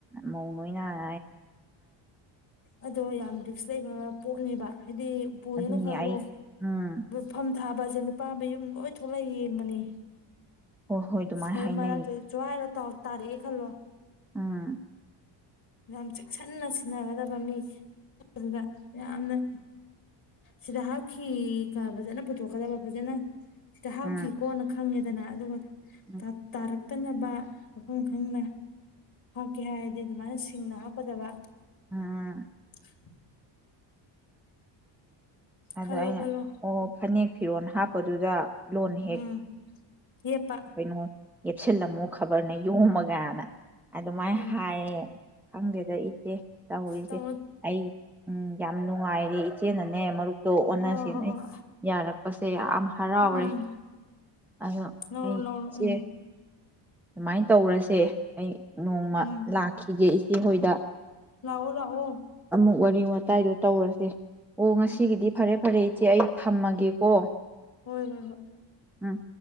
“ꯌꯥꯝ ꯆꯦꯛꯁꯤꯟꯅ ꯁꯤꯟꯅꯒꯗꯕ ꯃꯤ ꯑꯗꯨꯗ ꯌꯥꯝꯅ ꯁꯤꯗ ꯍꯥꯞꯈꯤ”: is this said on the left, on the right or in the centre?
Left